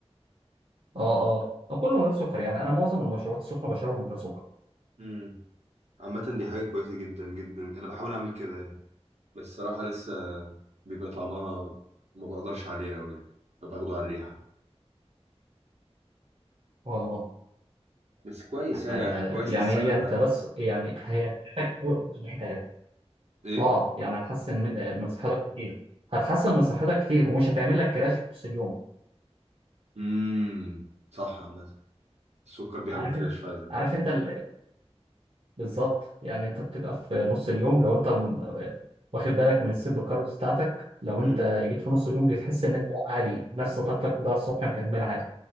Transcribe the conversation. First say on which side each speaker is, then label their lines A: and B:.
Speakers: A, on the right; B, on the right.
A: اه اه آه، كله من غير سكر يعني انا معظم المشروبات السخنه بشربها من غير سكر
B: امم عامه دي حاجه كويسه جدا جدا انا بحاول اعمل كده يعني بس صراحه لسه بيبقى طعمها ما بقدرش عليه قوي يعني فباخده على الريحه
A: اه
B: بس كويس
A: آه،
B: يعني كويس
A: يعني
B: للصحه
A: هي انت
B: حتى
A: بس يعني هي تحتاج أول اسبوعين ثلاثه
B: ايه
A: اه يعني هتحسن من من صحتك كتير هتحسن من صحتك كتير ومش هتعمل لك كراش في نص اليوم
B: امم صح عامه السكر بيعمل
A: عارف
B: كراش
A: انت
B: فعلا
A: عارف انت ال- بالظبط يعني انت بتبقى في نص اليوم لو انت م- آه، واخد بالك من السيرب كاربس بتاعتك لو
B: امم
A: انت جيت في نص اليوم بتحس ان انت عادي نفس طاقتك بتاع الصبح مكمل عادي